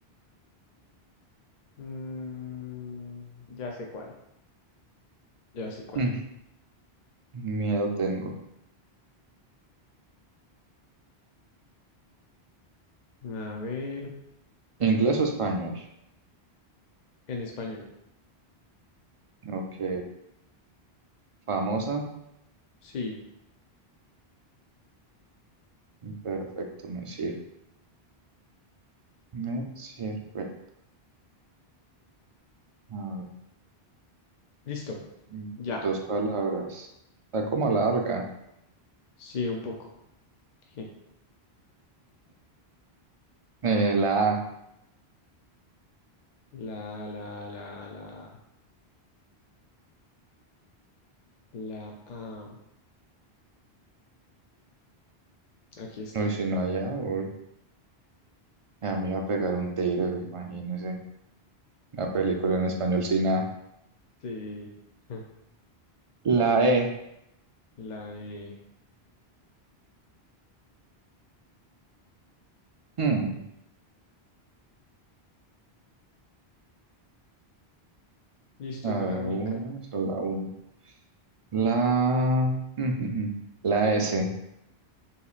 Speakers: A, on the left; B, on the right.
A: mm, ya sé cuál, ya sé cuál.
B: <clears throat> Miedo tengo.
A: A ver,
B: ¿Inglés o español?
A: en español.
B: Ok. Famosa.
A: Sí,
B: Perfecto, me sirve. Me sirve. A ver.
A: listo,
B: mm,
A: ya.
B: Dos palabras. Está como larga.
A: Sí, un poco. <laughs>
B: Eh, la A.
A: La, la, la, la, la, ah, aquí está.
B: Uy, si no allá, uy. A mí va a pegar un tiro, imagínese. Una película en español sin A.
A: Sí, <laughs>
B: La E.
A: la E.
B: Hmm.
A: Listo,
B: A
A: esa es
B: ver,
A: la única.
B: una, solo una. La, <laughs> la S.